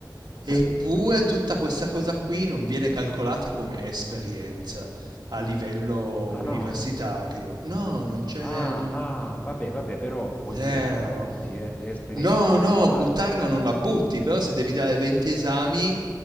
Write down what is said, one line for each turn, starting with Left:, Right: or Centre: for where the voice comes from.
Left: ho
Right: Eppure
Left: capito, ho capito.
Right: tutta questa cosa qui non viene calcolata come esperienza a livello
Left: Ah
Right: universitario.
Left: no,
Right: No, non c'è...
Left: ah,
Right: non-
Left: ah, vabbè, vabbè, però voglio
Right: Zero.
Left: dire, non la butti, eh. È esperienza
Right: No,
Left: che
Right: no,
Left: ti rimane,
Right: buttarla
Left: però
Right: non
Left: non
Right: la butti,
Left: la butti.
Right: però se devi dare 20 esami